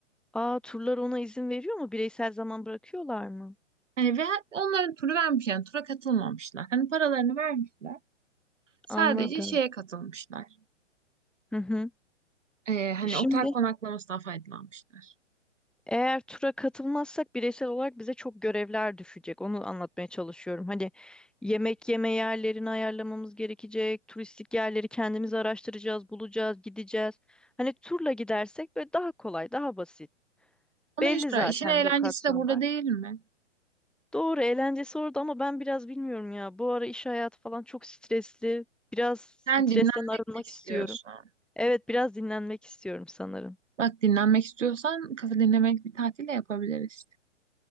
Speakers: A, in the centre; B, on the right (about 85°).
A: Aa turlar ona izin veriyor mu? Bireysel zaman bırakıyorlar mı?
B: Hani ve onların turu vermiş yani tura katılmamışlar. Hani paralarını vermişler. Sadece
A: Anladım.
B: şeye katılmışlar.
A: Hı hı.
B: E, hani
A: E, Şimdi
B: otel konaklamasından faydalanmışlar.
A: eğer tura katılmazsak bireysel olarak bize çok görevler düşecek. Onu anlatmaya çalışıyorum. Hani yemek yeme yerlerini ayarlamamız gerekecek. Turistik yerleri kendimiz araştıracağız, bulacağız, gideceğiz. Hani turla gidersek böyle daha kolay, daha basit.
B: Ama
A: Belli
B: Yusra
A: zaten
B: işin eğlencesi
A: lokasyonlar.
B: de burada değil mi?
A: Doğru eğlencesi orada ama ben biraz bilmiyorum ya. Bu ara iş hayatı falan çok stresli. Biraz stresten
B: Sen dinlenmek
A: arınmak
B: mi istiyorsun?
A: istiyorum. Evet, biraz dinlenmek istiyorum sanırım.
B: Bak dinlenmek istiyorsan kafa dinlemek bir tatil de yapabiliriz.